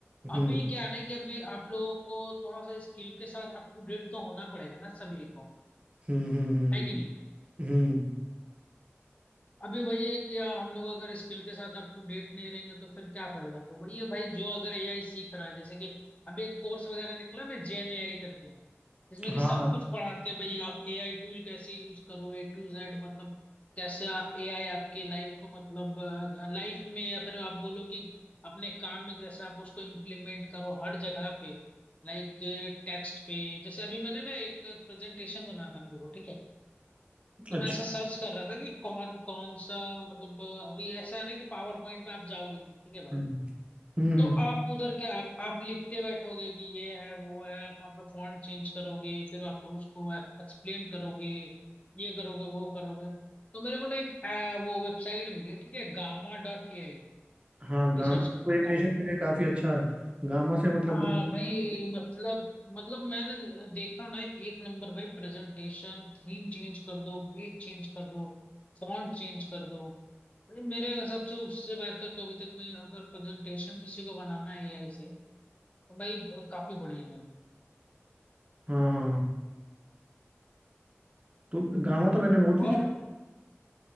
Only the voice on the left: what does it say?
अभी क्या है ना कि अभी आप लोगों को थोड़ा सा स्किल के साथ अप टू डेट तो होना पड़ेगा ना सभी को
है कि नहीं
अभी वही है कि हम लोग अगर स्किल के साथ अप टू डेट नहीं रहेंगे तो फिर क्या फायदा तो वही है भाई जो अगर एआई सीख रहा है जैसे कि अभी एक कोर्स वगैरह निकला ना जेन एआई करके जिसमें
कि सब
कुछ पढ़ाते हैं भाई आप एआई टूल कैसे यूज करो ए टू जेड मतलब कैसे एआई आपके लाइफ को मतलब लाइफ में या फिर आप बोलो कि अपने काम में कैसे आप उसको इम्प्लीमेंट करो हर जगह पे लाइक टेक्स्ट पे जैसे अभी मैंने ना एक प्रेजेंटेशन बना था मेरे को ठीक है तो
मैं ऐसा सर्च कर रहा था कि कौन कौन सा मतलब अभी ऐसा है ना कि पावर पॉइंट पे आप जाओगे ठीक है भाई
तो
आप उधर क्या आप आप लिखते बैठोगे कि ये है वो है आप वहाँ पे फॉन्ट चेंज करोगे फिर आपको उसको एक्सप्लेन करोगे ये करोगे वो करोगे तो मेरे को ना एक अ, वो वेबसाइट मिली ठीक है गामा डॉट ए आई
आप भी
सर्च करना
काफी
हाँ
भाई मतलब मतलब मैंने दे- देखा ना एक नंबर भाई प्रेजेंटेशन थीम चेंज कर दो पेज चेंज कर दो फॉन्ट चेंज कर दो भाई मेरे हिसाब से उससे बेहतर तो अभी तक मैं अगर प्रेजेंटेशन किसी को बनाना है एआई से तो भाई ब- काफी बढ़िया है
और